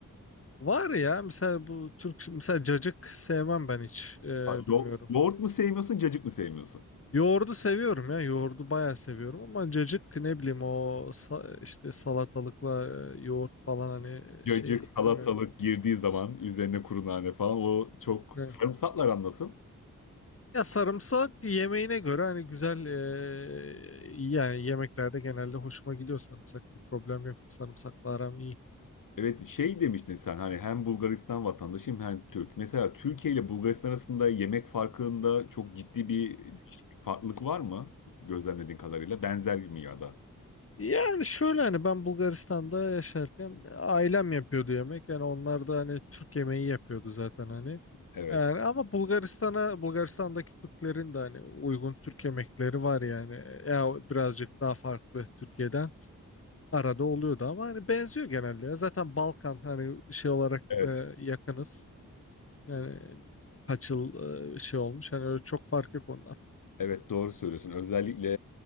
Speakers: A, on the left; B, on the left.
A: Var ya mesela bu Türk mesela cacık sevmem ben hiç e, bilmiyorum.
B: Yo- yoğurt mu sevmiyorsun, cacık mı sevmiyorsun?
A: Yoğurdu seviyorum ya yoğurdu bayağı seviyorum ama cacık ne bileyim o sa- işte salatalıkla e, yoğurt falan hani
B: Cacık,
A: şey
B: salatalık
A: bilmiyorum.
B: girdiği zaman üzerine kuru nane falan o çok
A: Ne?
B: sarımsaklar anlasın.
A: Ya sarımsak yemeğine göre hani güzel e, yani yemeklerde genelde hoşuma gidiyor sarımsak bir problem yok sarımsakla aram iyi.
B: Evet şey demiştin sen hani hem Bulgaristan vatandaşıyım hem Türk. Mesela Türkiye ile Bulgaristan arasında yemek farkında çok ciddi bir değişiklik, farklılık var mı? Gözlemlediğin kadarıyla benzer mi ya da?
A: Yani şöyle hani ben Bulgaristan'da yaşarken ailem yapıyordu yemek. Yani onlar da hani Türk yemeği yapıyordu zaten hani.
B: Evet.
A: Yani ama Bulgaristan'a Bulgaristan'daki Türklerin de hani uygun Türk yemekleri var yani. Ya birazcık daha farklı Türkiye'den arada oluyordu ama hani benziyor genelde ya. Zaten Balkan hani şey olarak
B: Evet.
A: e, yakınız. Yani kaç yıl e, şey olmuş. Hani öyle çok fark yok ondan.
B: Evet doğru söylüyorsun. Özellikle